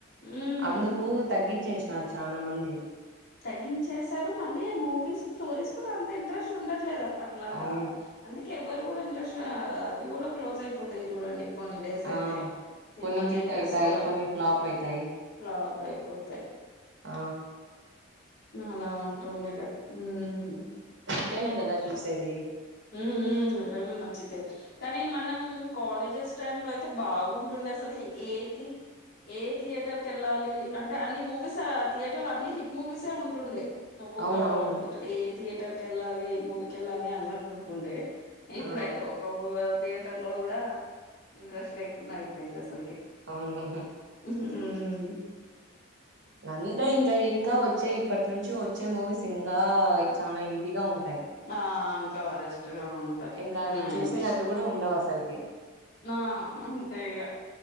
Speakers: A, on the left; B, on the right.
A: ఉమ్
B: అందుకు తగ్గి చేసినరూ చానా మంది
A: తగ్గించేసిసారు మళ్ళీ మూవీస్ స్టోరీస్ కూడా అంత ఇంట్రెస్ట్ ఉండట్లేదు అప్పట్లాక
B: అవును
A: అందుకే ఎవ్వరు కూడా ఇంట్రెస్ట్ అవి కూడా క్లోజ్ అయిపోతాయి చూడండి కొన్ని డేస్ అయితే
B: ఆ
A: సినిమా
B: కొన్ని హిట్
A: థియేటర్స్
B: అయితాయి
A: కూడా
B: కొన్ని ఫ్లాప్ అయితాయి
A: ల పైపోతాయ్
B: ఆ
A: అలా ఉంటుందిగ మ్
B: ఉంటేనే కదా చూసేది
A: మ్ మ్ ఎవరైనా నచ్చితే కానీ మనం కాలేజెస్ టైమ్ లో అయితే బాగుంటుండే అసలుకి ఏ తి ఏ థియేటర్కి వెళ్ళాలి అంటే అన్ని మూవీస్ ఆ థియేటర్ లో అన్ని హిట్ మూవీసే ఉంటుండే ఒక్కొక్క
B: అవునవును
A: థియేటర్ ఏ థియేటర్ క వెళ్ళాలి ఏ మూవీకి వెళ్ళాలి అన్నట్టు ఉంటుండే ఇప్పుడైతే
B: ఆ
A: ఒక వ థియేటర్ లో కూడా ఇంట్రెస్ట్ లేకుండా అయిపోయింది అసల్ క్
B: అవును
A: మ్
B: అంటే ఇంకా ఇంకా వచ్చే ఇప్పటి నుంచి వచ్చే మూవీస్ ఇంకా చాలనా ఇదిగా ఉం
A: ఆ ఇంకా వరిస్ట్గా ఉంటాయి
B: ఇంకా అవి చూసేటట్టు
A: ఏమ్
B: కూడా ఉండవు అసలుకి
A: ఆ అంతే ఇగ